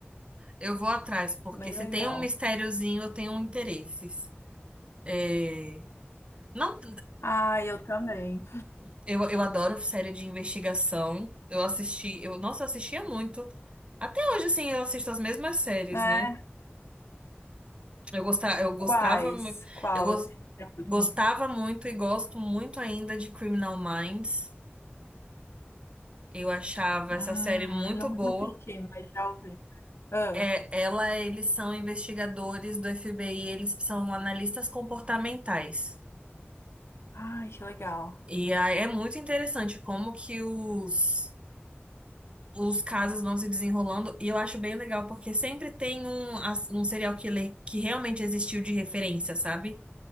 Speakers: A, on the right; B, on the left.
A: Eu vou atrás, porque
B: Bem
A: se
B: legal.
A: tem um mistériozinho, eu tenho interesses. É... Não.
B: Ah, eu também.
A: Eu, eu adoro série de investigação. Eu assisti, eu, nossa, eu assistia muito. Até hoje, assim, eu assisto as mesmas séries,
B: Né?
A: né? Eu gostava, eu
B: Quais?
A: gostava, mu-
B: Qual?
A: eu gos-
B: assim, é a última?
A: gostava muito e gosto muito ainda de Criminal Minds. Eu achava
B: Hum,
A: essa série muito
B: não
A: boa.
B: assisti, mas já ouvi. Ah,
A: É, ela, eles são investigadores do FBI, eles são analistas comportamentais.
B: ai, que legal.
A: E aí é muito interessante como que os os casos vão se desenrolando e eu acho bem legal porque sempre tem um, as- um serial killer que realmente existiu de referência, sabe?